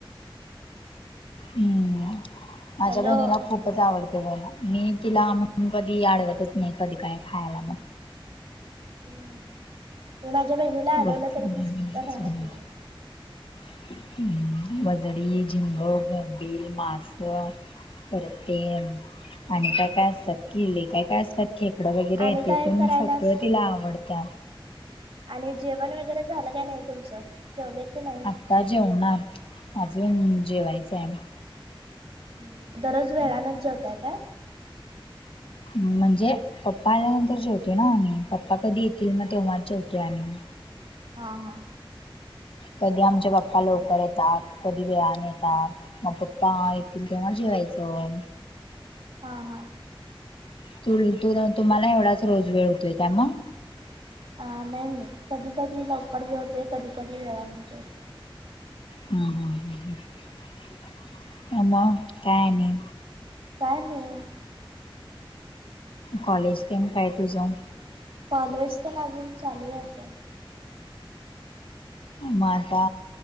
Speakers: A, on the left (about 75°); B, on the right (about 80°).
A: हम्म! माझ्या
B: हॅलो
A: बहिणीला खूप खूपच आवडतंय बाय ना मी तिला आणून कधी आडवतचं नाही कधी काय खायला पण.
B: हम मी माझ्या बहिणीला आडवलं
A: वजडी
B: तरी ती राहतं नाही.
A: <unintelligible> वजडी, झिंग, बोंबिल, मांस. परत ते
B: नाही.
A: आणि काय काय असतात, किती लय काय काय असताय, खेकडं वगैरे
B: आणि
A: ते
B: काय
A: पण
B: करायलास?
A: सगळं तिला आवडतयं.
B: आणि जेवण वगैरे झालं, का नाही तुमचं जेवले की नाही?
A: आता जेवणार अजून जेवायचं आहे आम्ही.
B: ् दररोज वेळानच जेवताय काय.
A: म्हणजे पप्पा आल्यानंतर जेवतेो ना आम्ही पप्पा कधी येतील मग तेव्हाच जेवतेो आम्ही.
B: हा हा.
A: कधी आच्या पप्पा लवकर येतात कधी वेळान येतात मग पप्पा येतील तेव्हा जेवायचं
B: हा ह
A: तु तु तुम्हाला एवढाच रोज वेळ होतोय का मग
B: अ नाही नाही कधी कधी लवकर जे होते कधी कधी वेळामध्ये जे होते
A: ह ह ह आ म्हा काय नाही.
B: काय नाही.
A: कॉलेज टम काय तुझं.
B: कॉलेज तेन अजून चालू राहायचं
A: मग आता